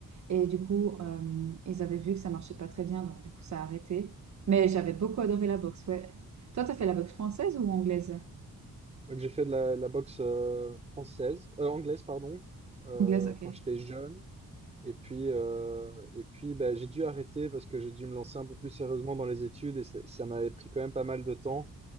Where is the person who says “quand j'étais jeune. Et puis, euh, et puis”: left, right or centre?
Right